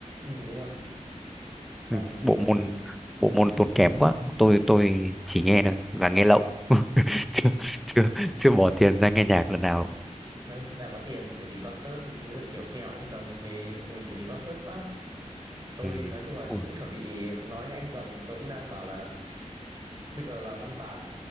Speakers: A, on the right; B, in the centre.
A: Ừ đúng rồi. Còn
B: Ừ, bộ
A: mình
B: môn
A: thì
B: bộ môn tốn kém quá tôi tôi chỉ nghe thôi và nghe lậu <laughs> chưa, chưa chưa bỏ tiền ra nghe nhạc lần nào
A: thôi, khi nào có tiền thì đi concert, ví dụ kiểu khi nào anh rồng về mình thì đi concert Pháp. Tôi
B: ừ.
A: nói chung là
B: Ui.
A: cũng chuẩn bị nói với anh rồng thì tôi cũng đang bảo là bây giờ là năm tám,